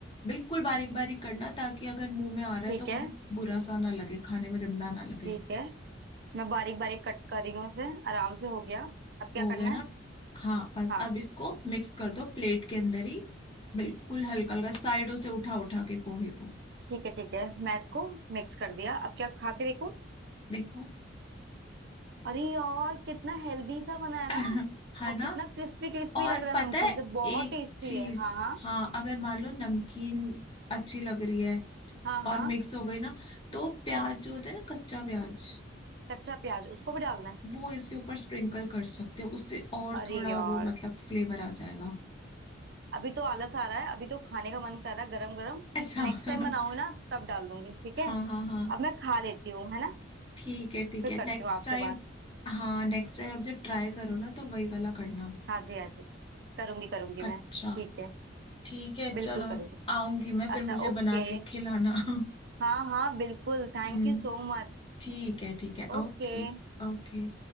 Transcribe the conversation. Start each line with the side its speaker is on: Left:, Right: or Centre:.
Left: बिल्कुल बारीक बारीक करना ताकि अगर मुंह में आ रहा
Right: ठीक
Left: है तो वो
Right: है
Left: बुरा सा ना लगे खाने में गंदा ना लगे
Right: ठीक है मैं बारीक बारीक कट कर रही हूँ उसे आराम से हो गया अब क्या
Left: हो
Right: करना
Left: गया ना
Right: है
Left: हाँ बस
Right: हाँ
Left: अब इसको मिक्स कर दो प्लेट के अंदर ही बिल्कुल हल्का हल्का साइडों से उठा उठा के पोहे को
Right: ठीक है ठीक है मैं इसको मिक्स कर दिया अब क्या खा के देखूँ
Left: देखो
Right: अरे यार कितना हेल्दी सा बना है
Left: <laughs>
Right: ना
Left: है
Right: और
Left: ना
Right: कितना क्रिस्पी क्रिस्पी
Left: और
Right: लग रहा है
Left: पता
Right: नमकीन
Left: है
Right: से बहुत
Left: एक
Right: टेस्टी
Left: चीज
Right: है हाँ हाँ
Left: हाँ अगर मान लो नमकीन अच्छी लग रही है
Right: हाँ हाँ
Left: और मिक्स हो गई ना तो प्याज जो होता है ना कच्चा प्याज
Right: कच्चा प्याज उसको भी डालना है
Left: वो इसके ऊपर स्प्रिंकल कर सकते हो उससे और
Right: अरे
Left: थोड़ा
Right: यार
Left: वो मतलब फ्लेवर आ जाएगा
Right: अभी तो आलस आ रहा है अभी तो खाने का मन कर रहा है गरम गरम
Left: अच्छा
Right: नेक्स्ट
Left: <laughs>
Right: टाइम बनाऊंगी ना तब डाल दूंगी ठीक है
Left: हाँ हाँ हाँ
Right: अब मैं खा लेती हूँ है ना
Left: ठीक है ठीक
Right: फिर
Left: है
Right: करती
Left: नेक्स्ट
Right: हूँ आपसे
Left: टाइम
Right: बात
Left: हाँ नेक्स्ट टाइम अब जब ट्राई करो ना तो वही वाला करना
Right: हाँ जी हाँ जी करूंगी करूंगी
Left: कच्चा
Right: मैं ठीक है
Left: ठीक है चलो
Right: बिल्कुल करूंगी
Left: आऊंगी मैं फिर
Right: अच्छा
Left: मुझे
Right: ओके
Left: बना के खिलाना <laughs>
Right: हाँ हाँ बिल्कुल thank
Left: हम्म
Right: you so much
Left: ठीक है ठीक है
Right: Okay
Left: ओके ओके